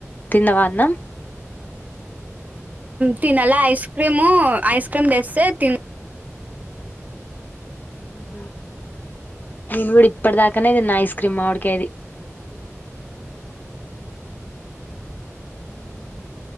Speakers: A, on the left; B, on the right.
A: తిన్నవా అన్నాం
B: తినాల ఐస్ క్రీము ఐస్ క్రీమ్ తెస్తే తి
A: మ్మ్ హ్మ్ నేను కూడా ఇప్పటి దాకానేదిన్న ఐస్ క్రీమ్ మావిడి కాయది. మ్మ్